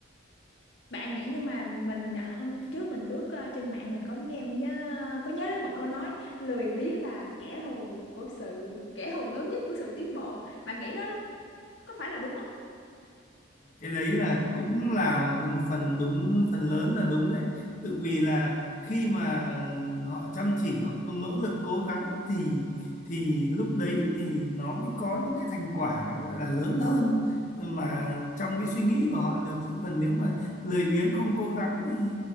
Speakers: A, on the left; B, on the left.
A: Bạn nghĩ nhưng mà mình à, hôm trước mình lướt à, trên mạng mình có nghe nhớ có nhớ đến một câu nói lười biếng là kẻ thù của sự kẻ thù lớn nhất của sự tiến bộ. Bạn nghĩ đó có phải là đúng không?
B: cái đấy là cũng là một phần đúng phần lớn là đúng đấy tự vì là khi mà họ chăm chỉ họ cũng nỗ lực cố gắng thì thì lúc đấy thì nó mới có những cái thành quả gọi là lớn hơn mà trong cái suy nghĩ của họ được chứ còn nếu mà lười biếng không cố gắng thì